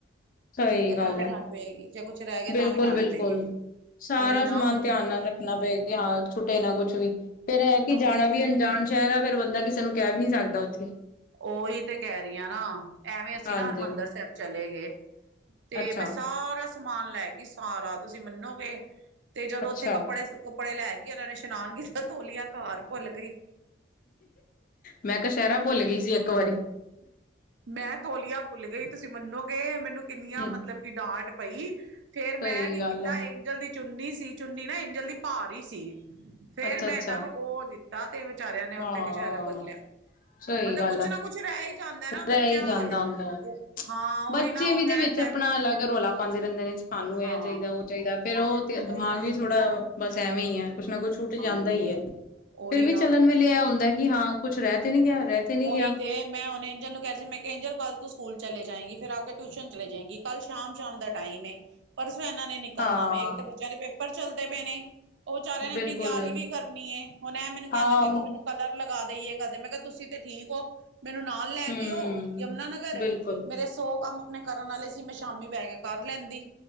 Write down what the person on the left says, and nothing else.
ਸਹੀ
ਗੱਲ
ਹੈ
ਬਿਲਕੁਲ
ਬਿਲਕੁਲ
ਸਾਰਾ
ਸਮਾਨ
ਧਿਆਨ ਨਾਲ ਰੱਖਣਾ ਪਏ ਕਿ ਹਾਂ ਛੁੱਟੇ ਨਾ ਕੁਛ ਵੀ ਫੇਰ ਇਹ ਕਿ
ਜਾਣਾ ਵੀ
ਅਣਜਾ ਸ਼ਹਿਰ ਹੈ ਫੇਰ ਬੰਦਾ ਕਿਸੇ ਨੂੰ ਕਹਿ ਵੀ ਨੀ ਸਕਦਾ ਉੱਥੇ
ਹਾਂਜੀ
ਅੱਛਾ
ਅੱਛਾ
ਮੈਂ ਕਸ਼ਹਿਰਾ ਭੁੱਲ ਗਈ ਸੀ ਇੱਕ ਵਾਰੀ
ਹਮ
ਸਹੀ
ਗੱਲ
ਹੈ
ਅੱਛਾ
ਅੱਛਾ
ਹਾਂ
ਸਹੀ
ਗੱਲ
ਆ
ਰਹਿ
ਹੀ ਜਾਂਦਾ
ਹੁੰਦਾ ਹੈ।
ਬੱਚੇ
ਵੀ ਦੇ ਵਿੱਚ
ਆਪਣਾ
ਅਲੱਗ ਰੌਲਾ ਪਾਉਂਦੇ ਰਹਿੰਦੇ ਨੇ ਸਾਨੂੰ
ਇਹ ਚਾਹੀਦੇ ਉਹ ਚਾਹੀਦੇ ਫੇਰ ਉਹ ਤੇ
ਦਿਮਾਗ
ਵੀ ਥੋੜਾ ਬਸ ਐਵੇਂ ਹੀ ਹੈ ਕੁਛ ਨਾ ਕੁਛ ਛੁੱਟ ਜਾਂਦਾ
ਈ ਹੈ
ਫੇਰ ਵੀ
ਚੱਲਣ ਵੇਲੇ ਇਹ ਹੁੰਦਾ ਕਿ ਹਾਂ ਕੁੱਛ ਰਹਿ ਤੇ ਨੀ ਗਿਆ ਰਹਿ ਤੇ ਨਹੀਂ
ਗਿਆ।
ਹਾਂ
ਬਿਲਕੁਲ
ਹਾਂ।
ਹਮ
ਬਿਲਕੁਲ